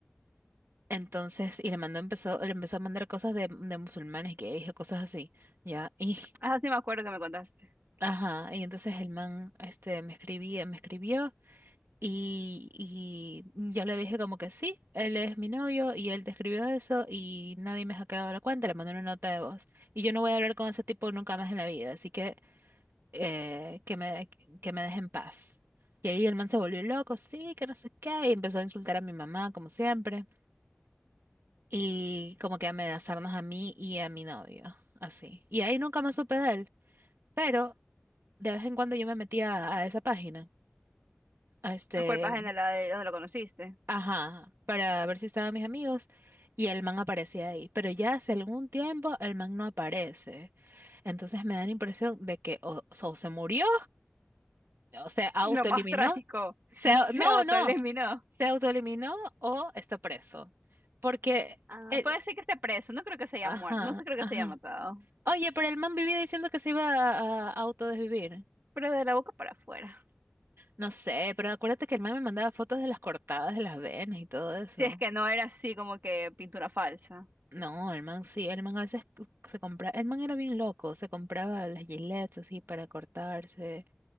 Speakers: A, on the right (about 70°); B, on the right (about 55°).
A: Entonces, y le mandó, empezó, le empezó a mandar cosas de, de musulmanes, gays o cosas así, ¿ya? <laughs> Y,
B: Ah, sí me acuerdo que me contaste.
A: ajá, y entonces el man, este, me escribía, me escribió y, y yo le dije como que sí, él es mi novio y él te escribió eso y nadie me ha quedado la cuenta, le mandé una nota de voz. Y yo no voy a hablar con ese tipo nunca más en la vida, así que eh, que me, que me deje en paz. Y ahí el man se volvió loco, sí, que no sé qué, y empezó a insultar a mi mamá, como siempre. y como que amenazarnos a mí y a mi novio, así. Y ahí nunca más supe de él, pero de vez en cuando yo me metía a esa página, a este,
B: ¿A cuál página la de, donde lo conociste?
A: ajá, para ver si estaban mis amigos y el man aparecía ahí, pero ya hace algún tiempo el man no aparece. Entonces me da la impresión de que o, o se murió, o se autoeliminó,
B: Lo más trágico,
A: se,
B: se
A: no,
B: autoeliminó.
A: no, se autoeliminó o está preso, porque,
B: Ah,
A: eh,
B: puede ser que esté preso, no creo que se haya
A: ajá,
B: muerto, no creo
A: ajá.
B: que se haya matado,
A: Oye, pero el man vivía diciendo que se iba a, a autodesvivir.
B: pero de la boca para afuera.
A: No sé, pero acuérdate que el man me mandaba fotos de las cortadas de las venas y todo eso.
B: Si es que no era así como que pintura falsa.
A: No, el man sí, el man a veces c- se compraba, el man era bien loco, se compraba las gilets así para cortarse